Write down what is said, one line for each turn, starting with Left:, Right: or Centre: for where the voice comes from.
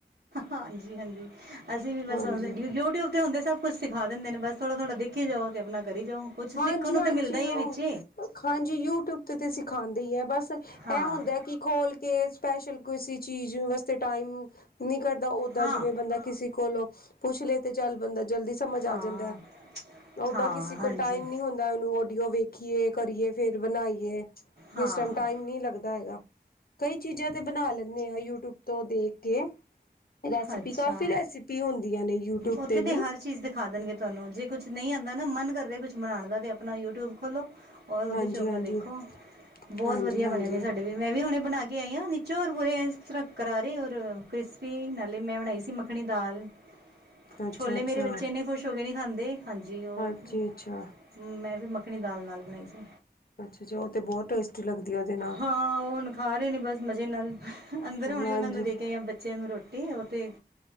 Right: ਹਾਂਜੀ ਹਾਂਜੀ ਅਸੀਂ ਵੀ ਵ
Left: ਹਾਂਜੀ
Right: ਤੇ ਹੁੰਦੇ ਸਭ ਕੁਝ ਸਿਖਾ ਦਿੰਦੇ ਨੇ ਬਸ ਥੋੜਾ ਥੋੜਾ ਦੇਖੀ ਜਾਓ ਤੇ ਆਪਣਾ ਕਰੀ ਜਾਓ ਤੇ ਕੁਛ ਸਿੱਖਣ
Left: ਹਾਂਜੀ
Right: ਨੂੰ
Left: ਹਾਂਜੀ
Right: ਮਿਲਦਾ ਹੀ
Left: ਉਹ
Right: ਹੈ ਵਿੱਚ
Left: ਹਾਂਜੀ ਯੂਟੀਊਬ ਤੇ ਤੇ ਸਿਖਾਉਂਦੀ ਹੈ ਬਸ ਇਹ
Right: ਹਾਂ
Left: ਹੁੰਦਾ ਕੀ ਖੋਲ ਕੇ ਸਪੈਸ਼ਲ ਕੋਈ ਸੀ ਚੀਜ਼ ਵਾਸਤੇ ਟਾਈਮ ਨਹੀਂ ਕਰਦਾ ਉਦਾਂ
Right: ਹਾਂ
Left: ਜਿਵੇਂ ਬੰਦਾ ਕਿਸੀ ਕੋਲੋ ਪੁੱਛ ਲੇਤੇ ਚਲ ਬੰਦਾ ਜਲਦੀ ਸਮਝ
Right: ਹਾਂ
Left: ਆ ਜਾਂਦਾ ਉਦਾਂ
Right: ਹਾਂ
Left: ਕਿਸੇ ਕੋਲ
Right: ਹਾਂਜੀ
Left: ਨਹੀਂ ਹੁੰਦਾ ਉਹਨੂੰ ਆਡੀਓ ਵੇਖੀਏ ਕਰੀਏ ਫਿਰ ਬਣਾਈਏ ਕਿਸ
Right: ਹਾਂ
Left: ਟਾਈਮ ਨਹੀਂ ਲੱਗਦਾ ਹੈਗਾ ਕਈ ਚੀਜ਼ਾਂ ਤੇ ਬਣਾ ਲੈਦੇ ਆ ਯੂਟੀਊਬ ਤੋਂ ਦੇਖ ਕੇ ਰੈਸਿਪੀ
Right: ਅੱਛਾ
Left: ਕਾਫੀ ਰੈਸਿਪੀ ਹੁੰਦੀਆਂ ਨੇ ਯੂਟਿਊਬ
Right: ਉਥੇ
Left: ਵੀ
Right: ਤੇ ਹਰ ਚੀਜ਼ ਦਿਖਾ ਦੇਣਗੇ ਚਲੋ ਜੀ, ਕੁਝ ਨਹੀਂ ਆਉਂਦਾ ਨਾ ਮਨ ਕਰ ਰਹੇ ਕੁਝ ਬਣਾਉਣ ਦਾ ਤੇ ਆਪਣਾ ਯੂਟੀਊਬ ਖੋਲੋ। ਔਰ ਉਹਦੇ
Left: ਹਾਂਜੀ-ਹਾਂਜੀ,
Right: ਚ' ਆਪਣਾ ਦੇਖੋ, ਬਹੁਤ
Left: ਹਾਂਜੀ-ਹਾਂਜੀ
Right: ਵਧੀਆ ਬਣੇ ਨੇ ਸਾਡੇ ਮੈਂ ਵੀ ਹੁਨ ਬਣਾ ਕੇ ਆਈ ਹਾ ਨੀਚੋਂ ਪੂਰੇ ਤਕਰਾਰੇ, ਕ੍ਰਿਸਪੀ। ਮੈਂ ਬਣਾਈ ਸੀ ਮੱਖਣੀ ਦਾਲ।
Left: ਅੱਛਾ-ਅੱਛਾ
Right: ਛੋਲੇ ਮੇਰੇ ਬੱਚੇ ਇੰਨੇ ਖੁਸ਼ ਹੋ ਕੇ ਨਹੀਂ ਖਾਂਦੇ। ਹਾਂਜੀ, ਉਹ
Left: ਹਾਂਜੀ ਅੱਛਾ,
Right: ਮੈਂ ਵੀ ਮੱਖਣੀ ਦਾਲ ਨਾਲ ਬਣਾਈ ਸੀ।
Left: ਅੱਛਾ ਜੀ, ਉਹ ਤੇ ਬਹੁਤ ਟੇਸਟ ਲੱਗਦੀ ਉਹਦੇ ਨਾਲ
Right: ਹਾਂ, ਉਹ ਹੁਣ ਖਾ ਰਹੇ ਨੇ ਬਸ ਮਜ਼ੇ ਨਾਲ। ਅੰਦਰ ਆਉਣੇ
Left: ਹਾਂਜੀ,
Right: ਉਹਨਾਂ ਨੂੰ ਦੇ ਕੇ ਜਾਂ ਬੱਚਿਆਂ ਨੂੰ ਰੋਟੀ ਉਹ ਤੇ